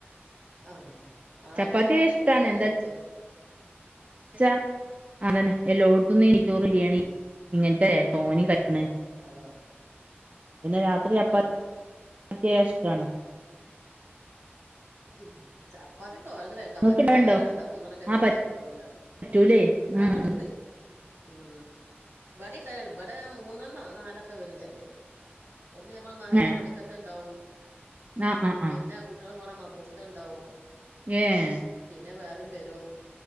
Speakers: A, on the right; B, on the right.
A: ആഹ് ആഹ്
B: ചപ്പാത്തി
A: ഇപ്പൊ ഇവിടെയും
B: ഇഷ്ടാണ്
A: അങ്ങനാ പറയല്
B: എന്താ
A: ചെ
B: ച്ചാ അതന്നെ എല്ലോടത്തുന്നും ഈ നെയ്ച്ചൊറ് ബിരിയാണി
A: ഉം
B: ഇങ്ങനത്തെ തോന് കഴിക്കണെ
A: ആഹ്
B: പിന്നെ
A: ആഹ്
B: രാത്രി
A: അതാണ്
B: ചപ്പാത്തി ആയ ഇഷ്ടമാണോ
A: ഉം ചപ്പാത്തി തോരന്നന്ന് കഴിക്കാൻ
B: ഇങ്ങക്ക്
A: പറ്റൂലല്ലോ
B: ഇണ്ടാവല്ണ്ടോ
A: രണ്ടോ മൂന്നെണ്ണം ഒക്കെയെ
B: ആഹ്
A: കഴിക്കാൻ പറ്റുള്ളൂന്നാ പറഞ്ഞേ
B: പറ്റൂലേ
A: ആഹ്
B: ഉം
A: ഇബടണ്ട് ഉം ഇബട ഉണ്ടാരുന്നു ഇബടെ മൂന്നെണ്ണവൊ നാലൊക്കെ വരും ചെലത് ഒന്ന് ഞമ്മൾ മഹൻന്റെ
B: ഏഹ്
A: പള്ളി ക്കകത്ത് ഉണ്ടാവും
B: ആഹ് ആഹ്
A: പിന്നെ
B: ആഹ്
A: കുട്ടികള് പോണ മദ്ര സ ഉണ്ടാവും
B: ഏഹ്
A: പിന്നെ വേറയും വരും